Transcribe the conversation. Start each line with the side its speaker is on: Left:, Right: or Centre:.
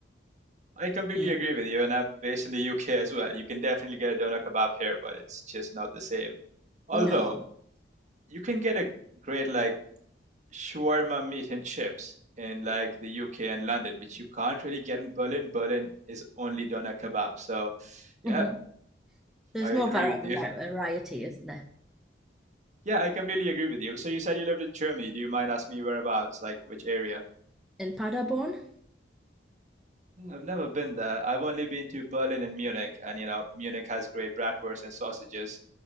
Right: I completely
Centre: Yeah.
Right: agree with you, and I'm based in the UK as well. You can definitely get a doner kebab here, but it's just not the same. Although
Centre: No,
Right: you can get a great like shawarma meat and chips in like the UK and London, which you can't really get in Berlin. Berlin is only doner kebab. So, yeah,
Centre: hmm there's
Right: I agree
Centre: more var
Right: with you.
Centre: var
Right: <laughs>
Centre: variety, isn't there?
Right: Yeah, I completely agree with you. So you said you lived in Germany. Do you mind asking me whereabouts, like which area?
Centre: In Paderborn?
Right: Mm, I've never been there. I've only been to Berlin and Munich, and you know, Munich has great bratwurst and sausages,